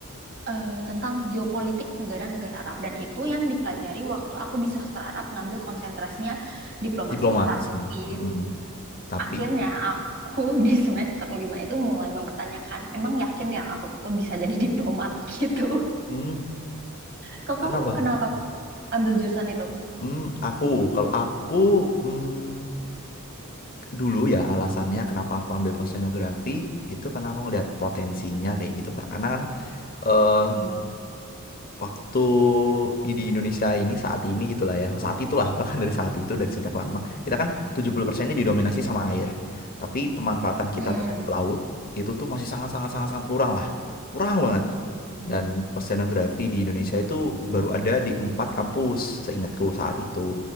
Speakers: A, on the right; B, on the left.
A: eh, tentang geopolitik negara-negara Arab dan itu yang dipelajari waktu aku di sastra Arab ngambil konsentrasinya diplomasi.
B: Diplomasi.
A: Tapi
B: Mm-mm. Tapi,
A: akhirnya aku <laughs> di semester 5 itu mulai mempertanyakan, emang yakin ya aku tuh bisa jadi diplomat <laughs> gitu.
B: mm,
A: Kalau
B: kenapa?
A: kamu kenapa tuh ambil jurusan itu?
B: Mm, aku, kalau aku mm, dulu ya alasannya kenapa aku ambil oceanografi itu karena aku ngeliat potensinya kayak gitu Kak. Karena kan eh,
A: Hmm.
B: waktu di Indonesia ini saat ini gitulah ya saat itulah bahkan dari saat itu dari sejak lama kita kan 70% ini didominasi sama air tapi pemanfaatan kita
A: Mm-mm.
B: terhadap laut itu tuh masih sangat sangat sangat sangat kurang lah kurang banget dan oceanografi di Indonesia itu baru ada di empat kampus seingatku saat itu